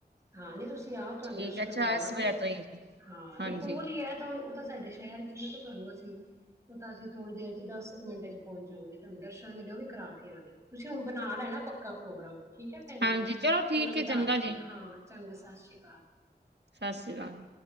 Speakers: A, on the right; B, on the right.
A: ਹਾਂ ਨੀ ਤੁਸੀਂ ਆਓ ਤੁਹਾਨੂੰ
B: ਠੀਕ
A: ਦਰਸ਼ਨ
B: ਹੈ ਅੱਛਾ
A: ਕਰਾਵਾਂਗੇ
B: ਇਸ ਵਜ੍ਹਾ ਤੋਂ ਹੀ ਹੈ।
A: ਹਾਂ ਨ
B: ਹਾਂਜੀ
A: ਕੋਲ ਹੀ ਹੈ ਤਾਂ ਤਾਂ ਸਾਡੇ ਸ਼ਹਿਰ ਚ ਹੀ ਹੈ ਤੇ ਤੁਹਾਨੂੰ ਅਸੀਂ ਉਹ ਤਾਂ ਅਸੀਂ ਥੋੜ੍ਹੀ ਦੇਰ ਚ ਦਸ ਕੁ ਮਿੰਟੇ ਚ ਪਹੁੰਚ ਜਾਾਂਗੇ ਤੁਹਾਨੂੰ ਦਰਸ਼ਨ ਮੇਰੇ ਉਹ ਵੀ ਕਰਾ ਕੇ ਆਣੇ ਤੁਸੀਂ ਹੁਣ ਬਣਾ ਲੈਣਾ ਪੱਕਾ ਪ੍ਰੋਗਰਾਮ ਠੀਕ ਹੈ ਭੈਣ ਜੀ
B: ਹਾਂਜੀ ਚਲੋ
A: ਫਿਰ
B: ਠੀਕ
A: ਮੈਨੂੰ
B: ਹੈ
A: ਦੱਸ
B: ਚੰਗਾ
A: ਦੇਣਾ
B: ਜੀ
A: ਹਾਂ ਚੰਗਾ ਸਤਿ ਸ਼੍ਰੀ ਅਕਾਲ
B: ਸਤਿ ਸ਼੍ਰੀ ਅਕਾਲ